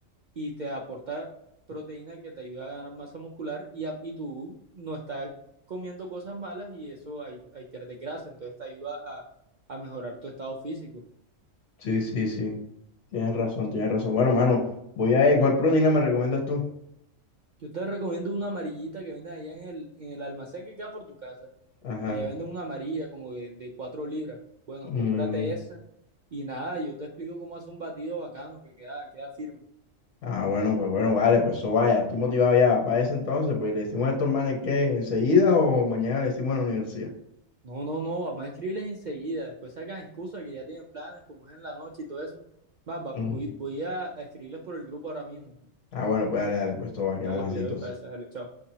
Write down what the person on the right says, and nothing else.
y te aporta proteína que te ayuda a ganar masa muscular y, a- y tú no estás comiendo cosas malas y eso ahí, ahí pierdes grasa, entonces te ayuda a, a mejorar tu estado físico.
Yo te recomiendo una amarillita que venden allá en el, en el almacén que queda por tu casa.
Allá venden una amarilla como de, de 4 libras. Bueno,
cómprate esa y nada, yo te explico cómo hacer un batido bacano que queda, queda firme.
No, no, no, vamos a escribirles enseguida. Después sacan excusas que ya tienen planes, como es en la noche y todo eso. Va, va,
voy, voy a escribirles por el grupo ahora mismo.
Dale, pues
ya voy para esa, dale, chao.